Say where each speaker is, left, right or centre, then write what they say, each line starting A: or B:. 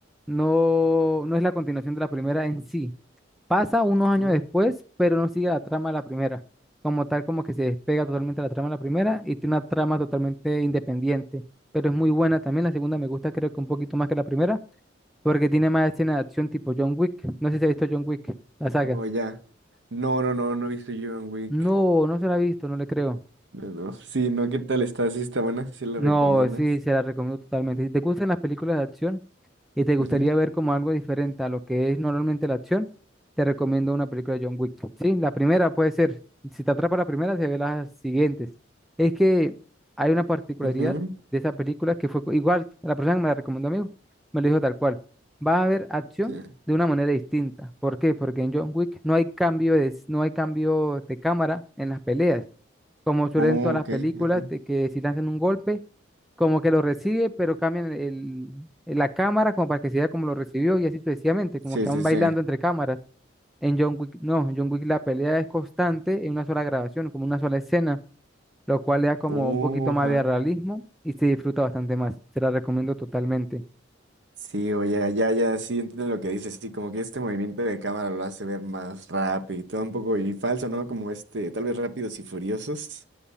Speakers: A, in the centre; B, on the right.
A: no, no es la continuación de la primera en sí. Pasa unos años
B: Uh,
A: después, pero no sigue la trama de la primera. Como tal, como que se despega totalmente la trama de la primera y tiene una trama totalmente independiente. Pero es muy buena también. La segunda me gusta, creo que un poquito más que la primera, porque tiene más escenas de acción tipo John Wick. No sé si se ha visto John Wick, la saga.
B: oh, ya. No, no, no, no he visto John Wick.
A: No, no se la ha visto, no le creo.
B: No, no. Sí, no, ¿qué tal está? Sí, está buena, sí la
A: No,
B: recomiendas.
A: sí, se la recomiendo totalmente. Si te gustan las películas de acción y te gustaría
B: Ujú,
A: ver como algo diferente a lo que es normalmente la acción, te recomiendo una película de John Wick. Sí, la primera puede ser, si te atrapa la primera, se ve las siguientes. Es que hay una particularidad
B: ujú,
A: de esa película que fue co- igual, la persona que me la recomendó a mí, me lo dijo tal cual. Vas a ver acción
B: sí.
A: de una manera distinta. ¿Por qué? Porque en John Wick no hay cambio de, no hay cambio de cámara en las peleas, como suelen
B: Oh,
A: todas las
B: ok.
A: películas
B: ajá.
A: de que si lanzan un golpe como que lo recibe, pero cambian el, el- la cámara como para que se vea como lo recibió y así sucesivamente, como
B: Sí,
A: que van
B: sí,
A: bailando
B: sí.
A: entre cámaras. En John Wick, no, en John Wick la pelea es constante en una sola grabación, como una sola escena, lo cual le da como
B: Oh,
A: un poquito
B: ajá.
A: más de realismo y se disfruta bastante más. Te la recomiendo totalmente.
B: Sí, o ya, ya, ya, sí, entiendo lo que dices. Sí, como que este movimiento de cámara lo hace ver más rápido y todo un poco y falso, ¿no? Como este, tal vez rápidos y furiosos.